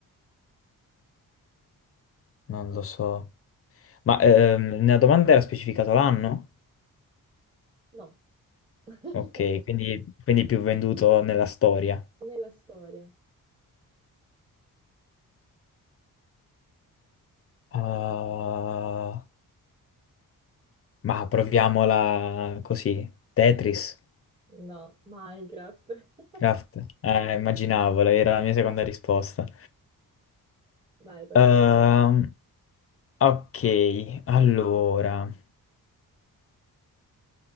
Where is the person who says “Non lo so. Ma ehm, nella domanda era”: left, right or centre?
Left